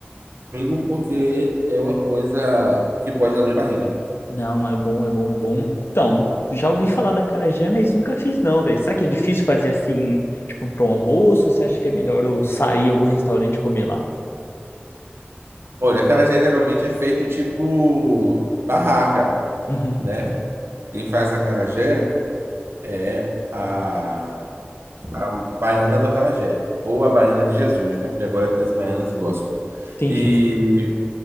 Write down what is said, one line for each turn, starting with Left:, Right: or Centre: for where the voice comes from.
Right: amigo, porque é uma coisa que pode dar dor de barriga.
Left: Não, é bom, é bom, é bom. Então, já ouvi falar da acarajé, mas nunca fiz não, velho. Será que é difícil fazer assim, tipo, pro almoço? Ou você acha que é melhor eu sair em algum restaurante e comer lá?
Right: Olha, acarajé geralmente é feito tipo barraca,
Left: Uhum.
Right: né? Quem faz acarajé é a, a baiana do acarajé, ou a baiana de Jesus, né? Porque agora tem as baianas gospel.
Left: Entendi.
Right: E